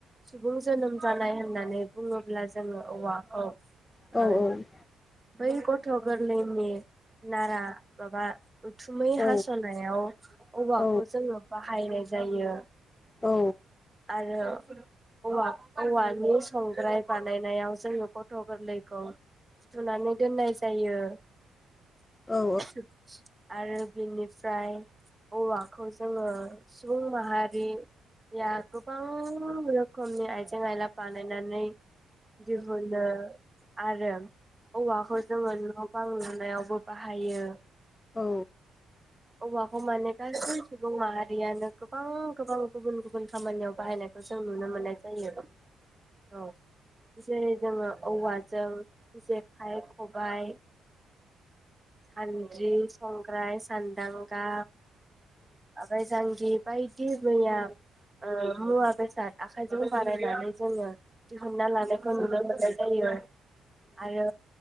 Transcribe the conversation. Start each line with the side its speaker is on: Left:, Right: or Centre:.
Right: सुबुं जोनोम जानाय होननानै बुङोब्ला जोङो औवाखौ ओ
Left: औ औ
Right: बै गथ' गोरलैनि नारा माबा उथुमै
Left: औ
Right: हास'नायाव औवाखौ
Left: औ
Right: जोङो बाहायनाय जायो
Left: औ
Right: आरो औवानि संग्राय बानायनायाव जोङो गथ' गोरलैखौ थुनानै दोननाय जायो <inaudible>
Left: औ
Right: आरो बिनिफ्राय औवाखौ जोंङो सुबुं माहारि रिया गोबां रोखोमनि आयजें जें आयला बानायनानै दिहुनो आरो औवाखौ जोंङो न' बां लुनायाव बो बाहायो।
Left: औ
Right: औवाखौ माने गासै सुबुं माहारियानो गोबां गोबां गुबुन गुबुन खामानियाव बाहायनायखौ जों नुनो मोननाय जायो। औ जेरै जोंङो औवाजों जेखाइ खबाइ सान्द्रि संग्राय सान्दांगा ओमफाय जांगि बायदि मैया ओ मुवा बेसाद आखाइजों बानायनानै जोंङो दिहुनना लानायखौ नुनो
Left: औ
Right: मोननाय जायो। आरो